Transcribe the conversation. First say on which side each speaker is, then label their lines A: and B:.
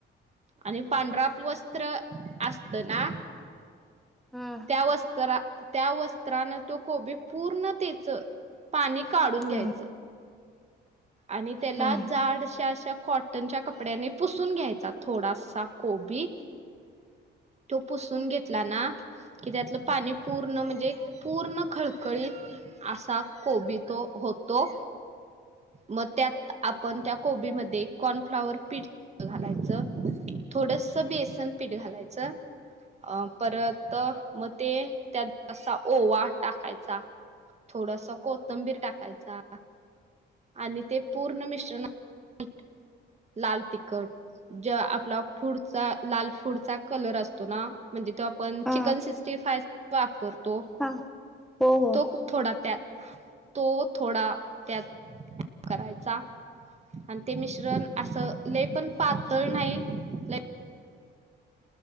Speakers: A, on the right; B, in the centre.
A: आणि
B: हा
A: पांढरा वस्त्र असतं ना
B: हा
A: त्या वस्त्रा त्या वस्त्रानं तो कोबी पूर्ण तेचं पाणी काढून घ्यायचं
B: हम्म
A: आणि त्याला
B: हम्म
A: जाडश्या अशा कॉ टनच्या कपड्याने पुसून घ्यायचा थोडासा कोबी त्यो पुसून घेत तला ना कि त्यातलं पाणी पूर्ण म्हणजे पूर्ण खळखळीत असा कोबि तो होतो मग त्यात आपण त्या कोबीमध्ये कॉर्नफ्लॉवर पीठ घालायचं थोडसं बेसन पीठ घालायचं अ परत म ते त्यात असा ओवा टाकायचा थोडंसा कोथंबीर टाकायचा आणि ते पूर्ण मिश्रण नीट लाल तिकट ज्या आपला फुडचा लाल फूडचा कलर अस तो ना म्हणजे तो आपण
B: हा
A: चिकन सिक्स्टी फाय वाफरतो
B: हा हो हो
A: तो थोडा त्यात तो थोडा त्यात करायचा अन्
B: हम्म
A: ते मिश्रण असं लय पण पातळ नाही लय